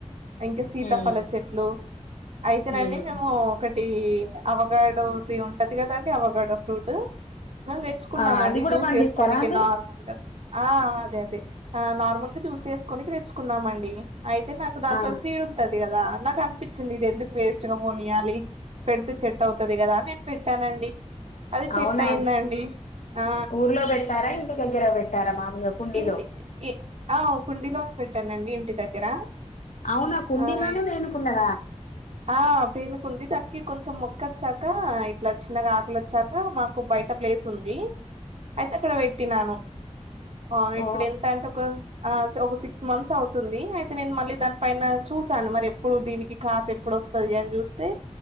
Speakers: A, on the right; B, on the left.
A: ఇంకా సీతాఫల
B: ఉమ్
A: చెట్లు అయితేనండి
B: ఉమ్
A: మేము ఒక టి అవకాడోది ఉంటది కద అండి అవకాడో ఫ్రూట్ మేము తెచ్చుకున్నామండి
B: ఆ అది కూడా
A: జ్యూస్
B: పండిస్తారా
A: చేసుకోనికి
B: అండి
A: నార్మల్గా ఆ అదే అదే నార్మల్గా జ్యూస్ చేసుకోనికి తెచ్చుకున్నామండి అయితే నాకు దాంట్లో
B: ఆ
A: సీడ్ ఉంటది కదా నాకు అనిపించింది ఇది ఎందుకు వేస్ట్ గా పోనియాలి పెడితే చెట్టు అవుతది కదా అని నేను పెట్టానండి అది చెట్టు
B: అవునా
A: అయిందండి
B: అండి.
A: ఆ
B: ఊర్లో పెట్టారా ఇంటి దగ్గర పెట్టారా మామూలుగా కుండీలో
A: ఇంటి ఆ కుండీలోనే పెట్టానండి ఇంటి దగ్గర
B: అవునా కుండీలోనే
A: ఆ
B: పీనుకుందా
A: ఆ పీనుకుంది దానికి కొంచెం మొక్కచ్చా కా ఇట్లా చిన్నగా ఆకులు వచ్చాక మాకు బయట ప్లేస్ ఉంది అయితే అక్కడ పెట్టినాను ఆ
B: ఓ
A: ఇప్పుడు ఎంత అంటే ఒక ఆ ఒక సిక్స్ మంత్స్ అవుతుంది అయితే నేను మళ్ళీ దానిపైన చూసాను మరి ఎప్పుడు దీనికి కాత ఎప్పుడు వస్తది అని చూస్తే